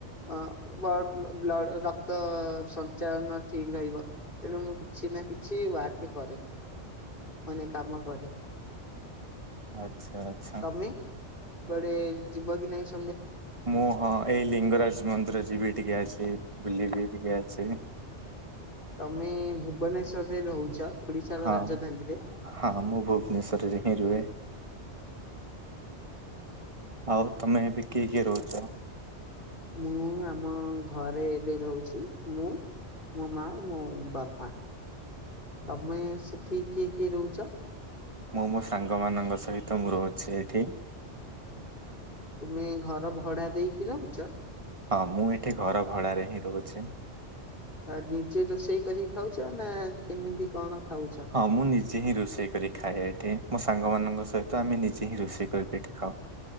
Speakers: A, on the left; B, on the right.
A: ଅ ବ ବ୍ଲ ରକ୍ତ ସଞ୍ଚାଳନ ଠିକ ରହିବ ତେଣୁ ମୁଁ କିଛି ନା କିଛି ଟି ୱାର୍କ କରେ ମାନେ କାମ କରେ।
B: ଆଚ୍ଛା ଆଚ୍ଛା।
A: ତମେ କୁଆଡେ ଯିବ କି ନାଇଁ ସ୍କୁ
B: ମୁଁ ହଁ ଏଇ ଲିଙ୍ଗରାଜ ମନ୍ଦିର ଯିବି ଟିକେ ଆସି। ବୁଲିବି ଟିକେ ଆସି।
A: ତମେ ଭୁବନେଶ୍ଵରରେ ରହୁଛ? ଓଡିଶାର
B: ହଁ
A: ରାଜଧାନୀରେ
B: ହଁ ମୁଁ ଭୁବନେଶ୍ୱରରେ ହିଁ ରୁହେ। ଆଉ ତମେ ଏବେ କିଏ କିଏ ରହୁଛ?
A: ମୁଁ ଆମ ଘରେ ଏବେ ରହୁଛି ମୁଁ ମୋ ମା ମୋ ବାପା। ତମେ ସେଠି କିଏ କିଏ ରହୁଛ?
B: ମୁଁ ମୋ ସାଙ୍ଗ ମାନଙ୍କ ସହିତ ମୁଁ ରହୁଛି ଏଇଠି।
A: ତୁମେ ଘର ଭଡା ଦେଇକି ରହୁଛ?
B: ହଁ, ମୁଁ ଏଠି ଘର ଭଡାରେ ହିଁ ରହୁଛି।
A: ଅ ନିଜେ ରୋଷେଇ କରିକି ଖାଉଛ ନା କେମିତି କଣ? ଖାଉଛ
B: ହଁ ମୁଁ ନିଜେ ହିଁ ରୋଷେଇ କରି ଖାଏ ଏଠି ମୋ ସାଙ୍ଗ ମାନଙ୍କ ସହିତ ଆମେ ନିଜେ ହିଁ ରୋଷେଇ କରିକି ଏଠି ଖାଉ।